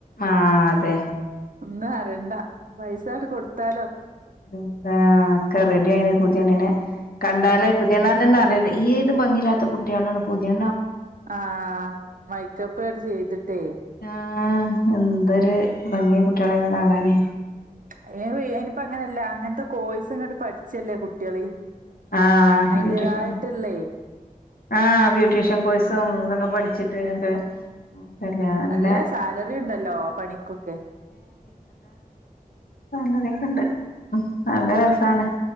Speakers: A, on the left (about 85°); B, on the right (about 65°).
A: ആഹ് അതെ
B: ഒന്നും അറെണ്ട പൈസാണ്ട് കൊട്ത്താലോ-
A: ഹ്മ് ആ ഒക്ക റെഡി ആയി പുതെണ്ണിനെ കണ്ടാലേ പുതെണ്ണ ന്ന- ത ഏത് ഭംഗിയിത്ത കുട്ടികളാണ് പുതിയ
B: ആഹ മൈക്കപ്പേട് ചെയ്തിട്ടേ
A: ആ എന്തൊരു ഭംഗിയ കുട്ടികളെൊക്കെ കാണാനേ
B: <unintelligible> അങ്ങനെയല്ല അങ്ങനത്തെ കോഴ്സ് ഇങ്ങോട്ട് പഠിച്ചല്ലേ കുട്ടിള്
A: ആഹ്
B: അതിന്റെതായിട്ടുള്ള
A: ബ്യൂട്ടീഷ്യൻ ആഹ് ബ്യൂട്ടീഷ്യൻ കോഴ്സും ഇതൊക്കെ പഠിച്ചിട്ട് അത് <inaudible> നല്ല
B: അല്ലേ സാലറി ഉണ്ടല്ലോ പണിക്കൊക്കെ
A: സാലറി ഒക്കെ ഇണ്ട് നല്ല രസാണ്